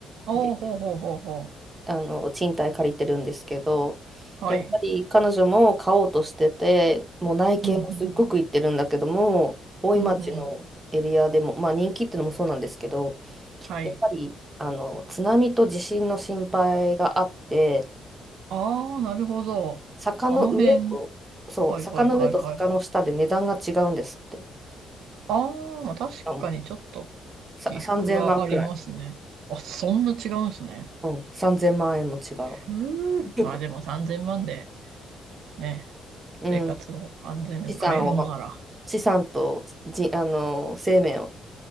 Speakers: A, on the right (about 80°); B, on the right (about 20°).
A: おー、
B: で
A: ほうほうほうほう。
B: あの賃貸借りてるんですけど、
A: はい。
B: やっぱり彼女も買おうとしてて、もう内見もすっごく行ってるんだけども、
A: うんうん。
B: 大井町のエリアでも、
A: うんうん。
B: まあ、人気ってのもそうなんですけど、
A: はい。
B: やっぱりあの津波と地震の心配があって、
A: あー、なるほど。
B: 坂の上と、
A: あの辺。
B: そう、
A: はいはいはいはい。
B: 坂の上と坂の下で値段が違うんですって。
A: ああ、まあ確かにちょっと
B: しかもさ3000万くらい。
A: 起伏がありますね。あ、そんな違うんですね。
B: うん、3000万円も違う。
A: ふうまあでも3000万で
B: <laughs>
A: ね、
B: うん、
A: 生活の安全を変えるのなら。
B: 資産を、ま、資産とじ、あの生命を